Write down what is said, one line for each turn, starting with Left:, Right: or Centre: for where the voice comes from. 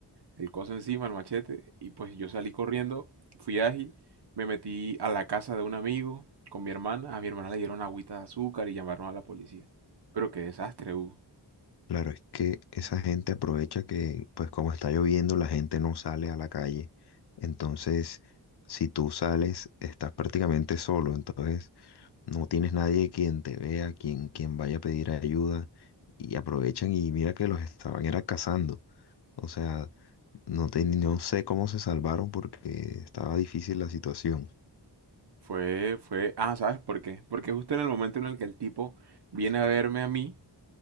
Right: el coso encima, el machete, y pues yo salí corriendo, fui ágil, me metí a la casa de un amigo con mi hermana. A mi hermana le dieron agüita de azúcar y llamaron a la policía. Pero qué desastre, Hugo.
Left: Claro, es que esa gente aprovecha que, pues como está lloviendo, la gente no sale a la calle. Entonces, si tú sales, estás prácticamente solo. Entonces, no tienes nadie quien te vea, quien, quien vaya a pedir ayuda. Y aprovechan y mira que los estaban era cazando. O sea, no, te- no sé cómo se salvaron porque estaba difícil la situación.
Right: Fue, fue, ah, ¿sabes por qué? Porque justo en el momento en el que el tipo viene a verme a mí,